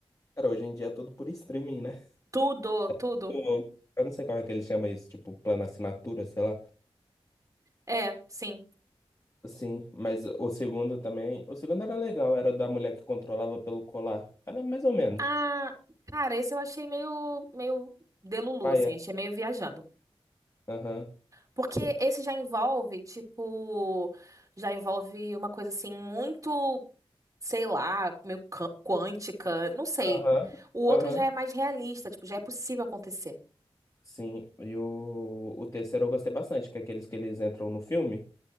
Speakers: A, on the left; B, on the right.
A: Cara, hoje em dia é tudo por streaming, né?
B: Tudo, tudo.
A: Tipo, Eu não sei como é que ele chama isso, tipo, plano assinatura, sei lá.
B: É, sim.
A: Sim, mas o segundo também. O segundo era legal, era da mulher que controlava pelo colar. Era mais ou menos.
B: Ah, cara, esse eu achei meio, meio delulu,
A: Paia.
B: assim. Achei meio viajando.
A: Aham.
B: Porque esse já envolve, tipo, já envolve uma coisa assim muito, sei lá, meio can- quântica, não sei.
A: Aham,
B: O outro
A: aham.
B: já é mais realista, tipo, já é possível acontecer.
A: Sim, e o, o terceiro eu gostei bastante, que é aqueles que eles entram no filme.